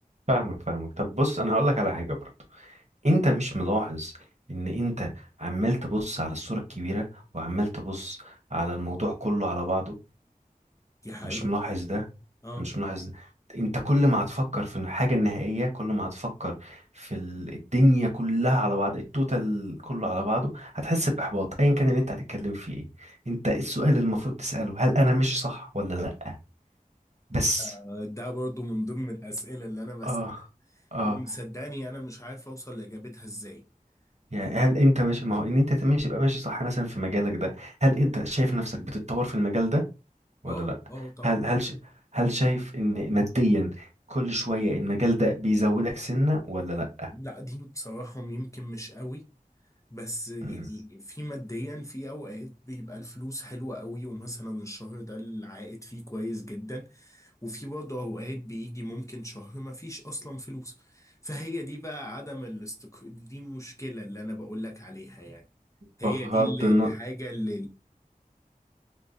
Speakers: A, on the right (about 50°); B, on the left (about 20°).
A: فاهمك فاهمك طب بص انا هقول لك على حاجة برضو انت مش ملاحظ ان انت عمال تبص على الصورة الكبيرة وعمال تبص على الموضوع كله على بعضه
B: دي حقيقة
A: مش ملاحظ ده
B: اه
A: مش ملاحظ ده انت كل ما هتفكر في الحاجة النهائية كل ما هتفكر في ال- الدنيا كلها على بعض التوتال كله على بعضه هتحس بإحباط ايا كان اللي انت هتتكلم فيه ايه انت السؤال اللي المفروض تسأله هل انا ماشي صح ولا لا بس
B: آه، ده برضو من ضمن الأسئلة اللي أنا بسألها
A: اه اه
B: ومصدقني أنا مش عارف أوصل لإجابتها إزاي
A: يعني
B: يعني
A: هل انت ماشي ما هو ان انت ماشي يبقى ماشي صح مثلا في مجالك ده هل انت شايف نفسك بتتطور في المجال ده ولا
B: اه
A: لا
B: اه طبعا
A: هل هل ش- هل شايف ان ماديا كل شوية المجال ده بيزودك سنة ولا لا
B: لا دي بصراحة يمكن مش قوي بس يعني
A: مم.
B: في ماديا في اوقات بيبقى الفلوس حلوة قوي ومثلا الشهر ده العائد فيه كويس جدا وفي برضه اوقات بيجي ممكن شهر ما فيش اصلا فلوس فهي دي بقى عدم الاستقرار دي مشكلة اللي انا بقول لك عليها يعني هي
A: بغض
B: دي اللي-
A: النظر
B: الحاجة اللي